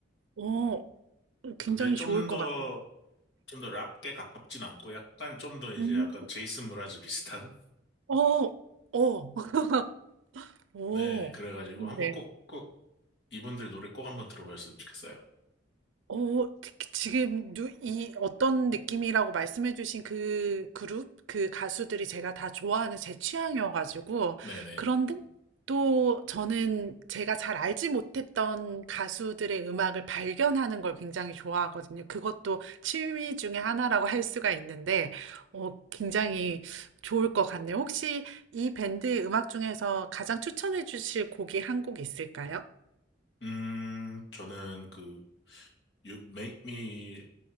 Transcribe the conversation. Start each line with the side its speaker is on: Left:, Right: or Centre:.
Right: 오, 굉장히
Left: 근데 좀
Right: 좋을 것
Left: 더,
Right: 같아요.
Left: 좀 더 락에 가깝진 않고, 약간 좀 더 이제
Right: 음,
Left: 약간 제이슨 무라즈 비슷한?
Right: 어, 어, <laughs> 오,
Left: 네, 그래가지고
Right: 좋은데요?
Left: 한번 꼭, 꼭, 이분들 노래 꼭 한번 들어보셨으면 좋겠어요.
Right: 어, 지- 지금 누, 이 어떤 느낌이라고 말씀해주신 그 그룹, 그 가수들이 제가 다 좋아하는 제 취향이어가지고
Left: 네네.
Right: 그런데 또 저는 제가 잘 알지 못했던 가수들의 음악을 발견하는 걸 굉장히 좋아하거든요. 그것도 취미 중에 하나라고 할 수가 있는데 어, 굉장히 좋을 것 같네요. 혹시 이 밴드의 음악 중에서 가장 추천해 주실 곡이 한 곡 있을까요?
Left: 음, 저는 그 You Make Me,